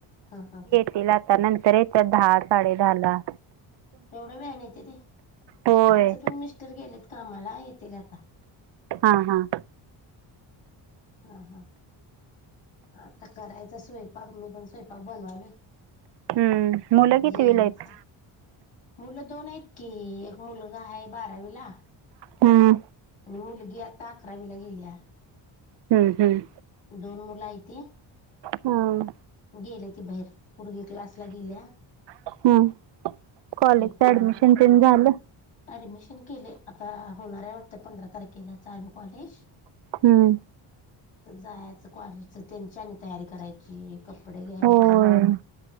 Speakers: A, on the left; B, on the right.
A: हा हा हा.
B: तीला आता नंतर येत्यात दहा साडे दहा ला.
A: एवढया वेळाने येत्याती,
B: होय
A: आमचं पण मिस्टर गेलेत कामाला येतील आता.
B: हा हा.
A: हा हा, आता करायचा स्वयंपाक मी पण स्वयंपाक बनवालोय.
B: हम्म मुलं कितवीला
A: जेवायचा,
B: आहेत
A: मुलं दोन हायत. की, एक मुलगा हाय बारावीला
B: हम्म
A: आणि मुलगी आता अकरावीला गिल्या.
B: हम्म हम्म.
A: दोन मुलं हायती.
B: हाव
A: गेलेती बाहेर, पोरगी क्लासला गिल्या.
B: हम्म, कॉलेजच
A: पोर
B: ऍडमिशन तेन झालं?
A: ऍडमिशन केलय, आता होणार आहे वाटतं पंधरा तारखेला चालू कॉलेज.
B: हम्म
A: आता जायाच कॉलेजच त्यांची आणि तयारी करायची, कपडे घ्यायची.
B: होय
A: <inaudible>